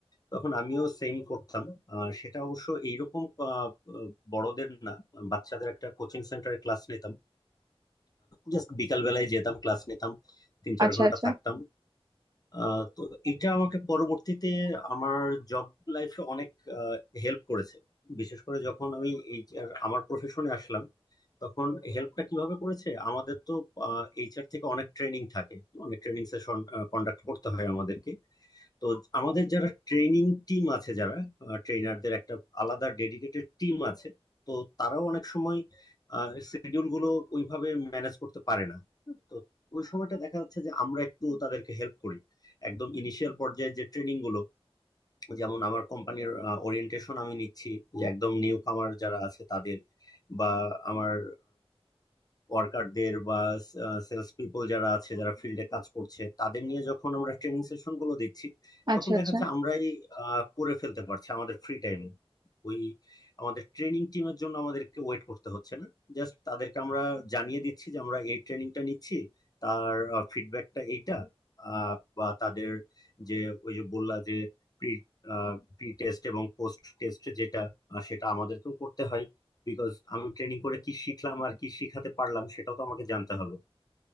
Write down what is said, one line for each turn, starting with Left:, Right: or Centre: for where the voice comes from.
Left: তখন আমিও সেম করতাম আহ, সেটা অবশ্য এইরকম আহ, আহ, বড়দের না বাচ্চাদের একটা কোচিং সেন্টারে ক্লাস নিতাম জাস্ট বিকাল বেলায় যেতাম ক্লাস নিতাম তিন চার
Right: আচ্ছা
Left: ঘন্টা
Right: আচ্ছা
Left: থাকতাম আহ, তো এটা আমাকে পরবর্তীতে আমার জব লাইফে অনেক হেল্প করেছে বিশেষ করে যখন আমি এইচআর আমার প্রফেশনে আসলাম তখন হেল্পটা কিভাবে করেছে আমাদের তো এইচআর থেকে অনেক ট্রেনিং থাকে অনেক ট্রেনিং সেশন কন্ডাক্ট করতে হয় আমাদেরকে তো আমাদের যারা ট্রেনিং টিম আছে যারা ট্রেনারদের একটা আলাদা ডেডিকেটেড টিম আছে তো তারাও অনেক সময় শিডিউল গুলো ওইভাবে ম্যানেজ করতে পারে না তো ওই সময়টা দেখা যাচ্ছে যে আমরা একটু তাদেরকে হেল্প করি একদম ইনিশিয়াল পর্যায়ে যে ট্রেনিং গুলো যেমন আমার কোম্পানির ওরিয়েন্টেশন আমি নিচ্ছি যে একদম নিউ কামার যারা আছে তাদের বা আমার ওয়ার্কারদের বা সেলস পিপল যারা আছে যারা ফিল্ডে কাজ করছে তাদের নিয়ে যখন আমরা ট্রেনিং সেশন গুলো দিচ্ছি
Right: আচ্ছা
Left: তখন দেখা
Right: আচ্ছা
Left: যাচ্ছে আমরাই আহ, করে ফেলতে পারছি আমাদের ফ্রি টাইমে ওই আমাদের ট্রেনিং টিমের জন্য আমাদেরকে ওয়েট করতে হচ্ছে না জাস্ট তাদেরকে আমরা জানিয়ে দিচ্ছি যে আমরা এই ট্রেনিংটা নিচ্ছি তার ফিডব্যাকটা এইটা আহ, বা তাদের যে ওই যে বললা যে প্রি প্রি টেস্ট এবং পোস্ট টেস্ট যেটা আহ, সেটা আমাদেরকেও করতে হয় বিকজ আমি ট্রেনিং করে কি শিখলাম আর কি শিখাতে পারলাম সেটাও তো আমাকে জানতে হবে